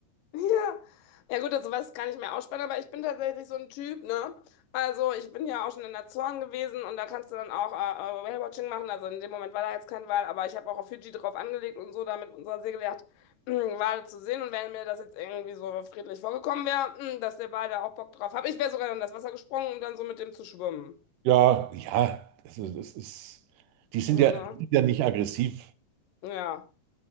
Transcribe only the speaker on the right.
Ja, ja, also das ist, die sind
ja, die sind ja nicht aggressiv.